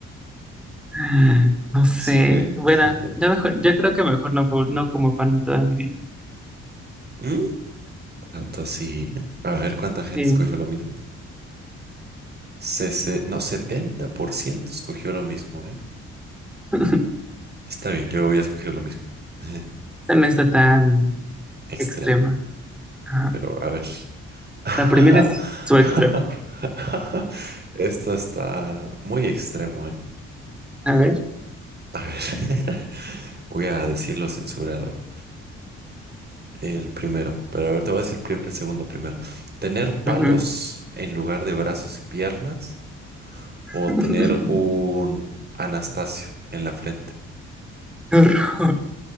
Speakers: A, in the centre; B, on the right (about 35°).
A: Ah, No sé.
B: Así que...
A: Bueno,
B: <laughs>
A: yo mejor, yo creo que mejor no, po- no como pan en toda mi vida.
B: Mm, Tanto así. A ver cuánta gente
A: Sí,
B: escogió lo mismo. Sese- no, 70% escogió lo mismo, ¿eh?
A: <laughs>
B: Está bien, yo voy a escoger lo mismo. <laughs>
A: esta no está tan
B: Extremo.
A: extrema. Ajá.
B: Pero a ver. <laughs>
A: La primera sí, su extrema.
B: Esto está muy extremo, ¿eh?
A: A ver.
B: A ver, <laughs> voy a decirlo censurado. El primero, pero a ver, te voy a decir el, prim- el segundo primero. ¿Tener palos
A: Ujú.
B: en lugar de brazos y piernas? ¿O
A: <laughs>
B: tener un Anastasio en la frente?
A: Qué horror.